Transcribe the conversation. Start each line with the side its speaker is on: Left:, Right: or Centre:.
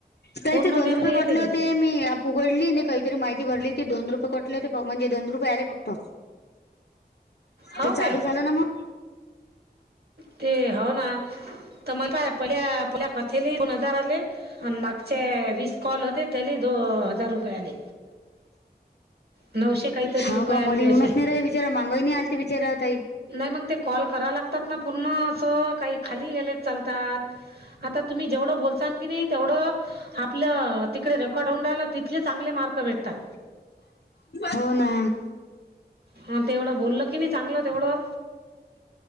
Left: का
Right: पूर्ण
Left: ते दोन
Right: मेमरी
Left: रुपये
Right: येते
Left: गटले
Right: त्याची
Left: होते मी उघडली काहीतरी माहिती भरली ती दोन रुपये कटले ते म्हणजे दोन रुपये आले फक्त
Right: हो
Left: तर
Right: काय
Left: चालू झालं ना मग
Right: ते हो ना तर मला पाय प आपल्या कथेला दोन हजार आले आणि मागचे वीस कॉल होते त्याला दोन हजार रुपये आले नऊशे काहीतरी
Left: हाव
Right: रुपये
Left: का
Right: आले
Left: मला
Right: ते
Left: येऊनच
Right: असे
Left: नाही रा बिचारा मांगाई नाही आल त बिचाराताई
Right: नाही मग ते कॉल कराव लागतात ना पूर्ण असं काही खाली गेले चालतात आता तुम्ही जेवढं बोलताल की नाही तेवढं आपलं तिकडे रेकॉर्ड होऊन राहिला तिथले चांगले मार्क भेटतात
Left: हो ना
Right: हा तेवढं बोललं की नाही चांगलं तेवढं